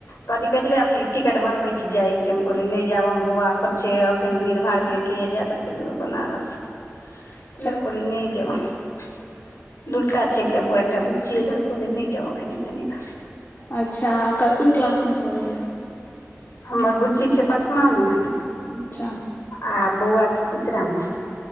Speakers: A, on the left (about 70°); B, on the left (about 50°).
A: पति कहै छलै, अथी टिकट बनबै छी जाइ के हम कहलियै नहि जायब हम, बौआ सब छै अखन भीड़ -भाड़ में के जायत एते दूर बनारस।
B: ह <inaudible>
A: तैऽ दुआरे कहलियै नै जायब। दूटा छै एकटा बौआ एकटा बुच्ची ऐ दुआरे कहलिये नै जायब अखन ओई से निक।
B: अच्छा ओ कोन क्लास में पढ़ैया।
A: हमर बुच्ची छै पचमां में।
B: अच्छा!
A: आ बौआ छै तीसरा में।